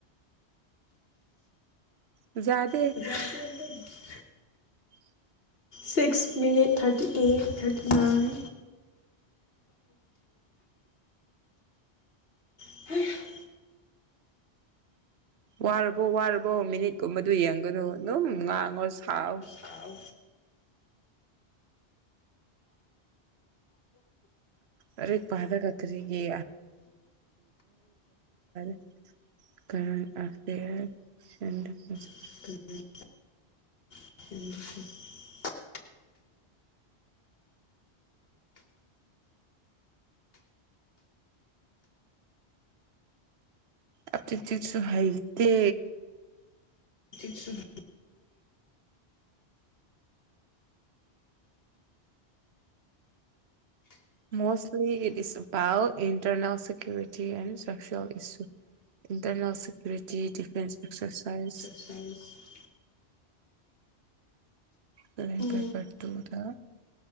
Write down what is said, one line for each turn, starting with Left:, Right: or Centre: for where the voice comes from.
Right: ꯖꯥꯠ
Left: <inaudible>
Right: <inaudible>
Left: six minute thirty eight thirty nine <inaudible>
Right: ꯋꯥꯔꯕꯣ ꯋꯥꯔꯕꯣ ꯃꯤꯅꯤꯠꯀꯨꯝꯕꯗꯨ ꯌꯦꯡꯒꯅꯨ ꯑꯗꯨꯝ ꯉꯥꯡꯉꯣ ꯁꯥꯥꯎ
Left: ꯑꯥꯎ
Right: ꯂꯥꯏꯔꯤꯛ ꯄꯥꯗꯔꯥꯒ ꯀꯔꯤꯒꯤ <unintelligible> <unintelligible>
Left: <unintelligible> <unintelligible>
Right: ꯑꯇꯩ ꯇꯩꯁꯨ ꯍꯩꯇꯦ
Left: <inaudible>
Right: ꯃꯣꯁꯂꯤ it is about internal security and ꯐ꯭ꯔꯛꯆꯣꯏꯜ ꯏꯁꯨ ꯟꯇꯔꯅꯦꯜ ꯁꯦꯀ꯭ꯌꯨꯔꯤꯇꯤ ꯗꯤꯐꯦꯟꯁ ꯑꯦꯛꯁꯔꯁꯥꯏꯁ
Left: <inaudible>
Right: ꯕꯂꯦꯡ
Left: ꯎꯝ
Right: ꯄꯦꯄꯔ ꯇꯨ ꯗꯥ